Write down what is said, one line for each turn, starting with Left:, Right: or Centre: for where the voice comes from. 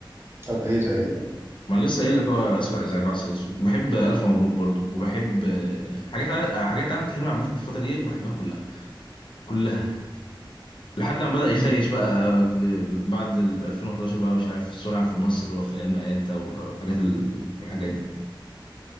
Right: طب ايه زي ايه طيب
Left: ما انا لسه قايل لك هو اسف على الازعاج وعسل اسود بحب الف مبروك برضه وبحب آه، حاجات عاد- آه، حاجات احمد حلمي عامه في الفتره دي بحبها كلها كلها لحد ما بدا يخيش
Right: مم.
Left: بقى في بعد ال 2011 بقى مش عارف صنع في مصر وخيال مآتة والحاجات ال... والحاجات دي